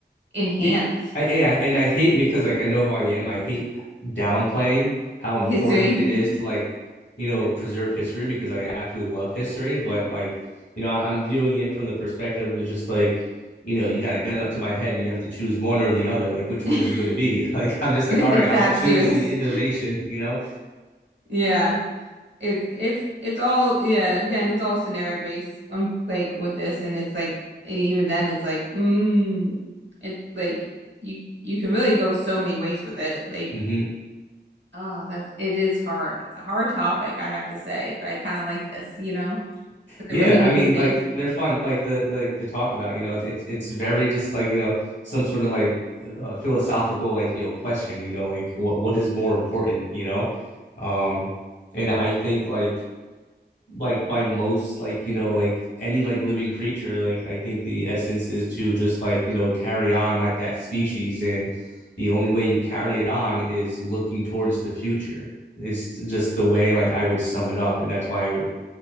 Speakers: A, on the right; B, on the left.
A: enhance
B: it, I, I and I hate because like I know who I am. I hate downplaying how important
A: history
B: it is to like you know preserve history because I absolutely love history, but like you know I, am viewing it from the perspective of just like you know you got a gun up to my head and you have to choose one or the other. Like which
A: <laughs>
B: one is it going to be? <laughs> Like I'm just
A: it's
B: like all right, I'll
A: that
B: choose
A: serious
B: the innovation. You know.
A: yeah It's it's it's all yeah, again, it's all scenario based on like with this and it's like and even then it's like mm, it's like you you can really go so many ways with it. Like,
B: hmm
A: oh, that's it is hard. It's a hard topic, I have to say, but I kind of like this, you know, because
B: Yeah,
A: it really makes
B: I mean,
A: you think.
B: like they're fun, like the like the talk about, you know, it's it's very just like you know some sort of like uh, philosophical like you know question, you know, like what what is more important, you know, um, and I think like like by most like you know like any like living creature, like I think the essence is to just like you know carry on like that species, and the only way you carry it on is looking towards the future. It's just the way like I would sum it up, and that's why I would